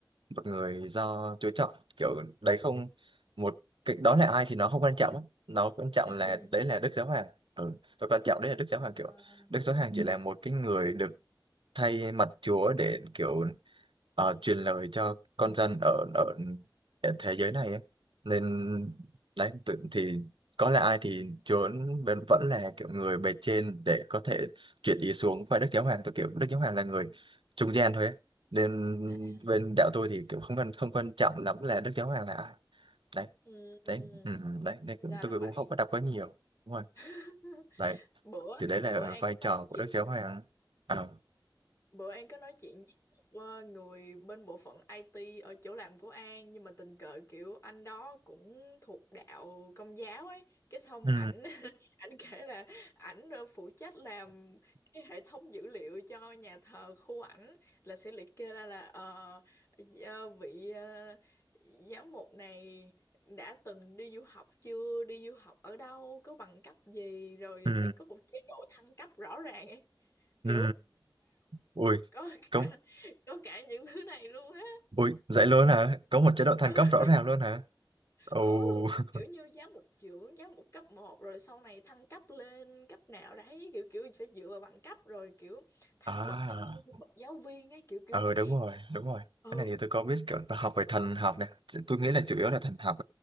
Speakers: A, on the right (about 75°); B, on the left (about 35°).
A: một người do Chúa chọn kiểu đấy không một cái đó là ai thì nó không quan trọng á. nó quan trọng
B: ừ
A: là
B: ừ.
A: đấy là Đức Giáo Hoàng ừ, và quan trọng đấy là Đức Giáo Hoàng kiểu
B: Ờ.
A: Đức Giáo Hoàng chỉ là một cái người được thay mặt Chúa để kiểu ờ, truyền lời cho con dân ở ở ở thế giới này ấy. Nên đấy tự thì có là ai thì Chúa vẫn vẫn là kiểu người bề trên để có thể chuyển ý xuống qua Đức Giáo Hoàng tôi kiểu Đức Giáo Hoàng là người trung gian thôi ấy. Nên
B: à
A: bên đạo tôi thì kiểu không quan không quan trọng lắm là Đức Giáo Hoàng là ai đấy
B: ừ ừ.
A: đấy ừ, ừ, đấy nên cũng-
B: ra
A: tôi
B: là vậy
A: cũng không có đọc quá nhiều đúng rồi
B: <laughs>
A: đấy
B: bữa
A: thì đấy là
B: bữa An
A: vai
B: có
A: trò
B: nói
A: của
B: chuyện
A: Đức Giáo Hoàng à.
B: Bữa An có nói chuyện với một ờ, người bên bộ phận IT ở chỗ làm của An nhưng mà tình cờ kiểu anh đó cũng thuộc đạo Công giáo ấy cái xong
A: ừ.
B: ảnh <laughs> ảnh kể là ảnh ờ, phụ trách làm cái hệ thống dữ liệu cho nhà thờ khu ảnh là sẽ liệt kê ra là ờ, ờ, vị ờ, giám mục này đã từng đi du học chưa đi du học ở đâu có bằng cấp gì rồi
A: Ừ.
B: sẽ có một chế độ thăng cấp rõ ràng ấy
A: Ừ.
B: kiểu
A: Ui,
B: có
A: có
B: cả có cả những thứ này luôn á
A: ui, dậy luôn hả? Có một chế độ thăng
B: ừ
A: cấp rõ ràng luôn hả? Ồ.
B: ừ
A: <laughs>
B: kiểu như giáo một trưởng giáo một cấp một rồi sau này thăng cấp lên cấp nào đấy kiểu kiểu phải dựa vào bằng cấp rồi kiểu thăng
A: À.
B: bậc giống như bậc giáo viên ấy kiểu kiểu
A: Ừ
B: vậy
A: đúng rồi, đúng rồi.
B: ừ
A: Cái này thì tôi có biết kiểu tôi học về thần học này. Tôi nghĩ là chủ yếu là thần học.